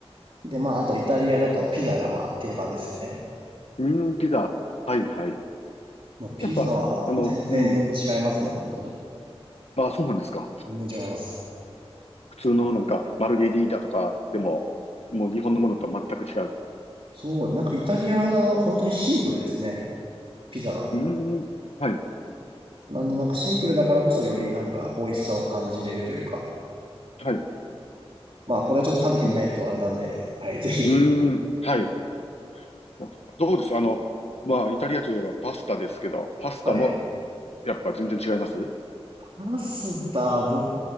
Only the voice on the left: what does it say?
うん、ピザ。はいはい。
やっぱ、あの、うん。
あ、そうなんですか。
普通のなんか、マルゲリータとかでも、もう日本のものとは全く違う。
うん、はい、
はい。
うん、
うん、はい。あどうですあの、まあ、イタリアといえばパスタですけど、パスタも
やっぱ全然違います